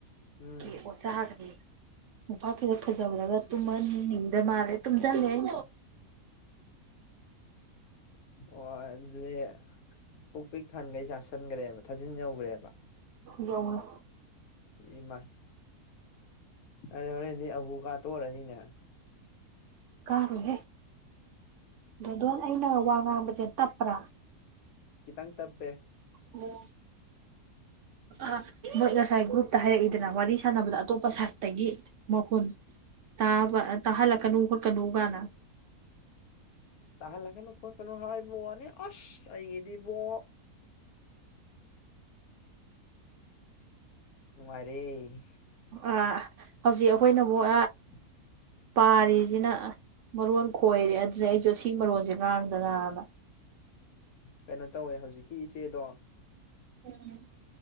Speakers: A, on the left; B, on the right.
A: ꯎꯝ
B: ꯀꯦ ꯑꯣ ꯆꯈ꯭ꯔꯦ ꯎꯐ ꯐꯤꯖ ꯐꯖꯍ꯭ꯔꯒ ꯇꯨꯝꯃ ꯏꯗ ꯃꯥꯔꯦ ꯇꯨꯝ ꯆꯂ ꯍꯥꯏ
A: ꯑꯣ ꯑꯗꯨꯗ ꯄꯨꯛ ꯄꯤꯛ ꯊꯥꯟꯈꯩ ꯆꯥꯥꯁꯟꯈ꯭ꯔꯦꯕ ꯊꯥꯖꯤꯟ ꯌꯧꯈ꯭ꯔꯦꯕ
B: ꯌꯧꯔꯦ
A: ꯏꯃꯥꯏ ꯑꯗꯨ ꯍꯣꯔꯦꯟꯗꯤ ꯑꯕꯨ ꯀꯥ ꯇꯣꯛꯔꯅꯤꯅꯦ
B: ꯀꯥꯔꯨꯍꯦ ꯑꯗꯣꯟ ꯑꯩꯅ ꯋꯥ ꯉꯥꯡꯕꯁꯦ ꯇꯞꯄ꯭ꯔꯥ
A: ꯇꯥꯡ ꯇꯞꯄꯦ
B: ꯑꯣ
A: <inaudible>
B: ꯑ ꯃꯣꯏ ꯉꯁꯥꯏ ꯒ꯭ꯔꯨꯞꯇ ꯍꯥꯏꯔꯛꯏꯗꯅ ꯋꯥꯔꯤ ꯁꯥꯟꯅꯕꯗ ꯑꯇꯣꯞꯄ ꯁꯥꯏꯠꯇꯒꯤ ꯃꯈꯨꯣꯟ ꯇꯥ ꯇꯥ ꯍꯂꯛ ꯀꯅꯨ ꯍꯔ ꯀꯅꯨꯒꯅ
A: ꯇꯍꯂ ꯀꯩꯅꯣ ꯈ ꯀꯩꯅꯣ ꯍꯥꯏꯕꯣꯅꯤ ꯑꯁ ꯑꯩꯒꯤꯗꯤꯕꯣ ꯅꯨꯡꯉꯥꯏꯔꯦ
B: ꯑ ꯍꯧꯖꯤꯛ ꯑꯩꯈꯣꯏꯅ ꯑꯃꯨꯛ
A: <unintelligible>
B: ꯄꯥꯔꯤꯁꯤꯅ ꯃꯔꯣꯟ ꯈꯣꯏꯔꯦ ꯑꯗꯨꯗ ꯑꯩꯁꯨ ꯑꯁꯤ ꯃꯔꯣꯟꯁꯦ ꯉꯥꯡꯗꯅꯅ
A: ꯀꯩꯅꯣ ꯇꯧꯋꯦ ꯍꯧꯖꯤꯛꯀꯤ ꯏꯆꯦꯗꯣ
B: ꯎꯝ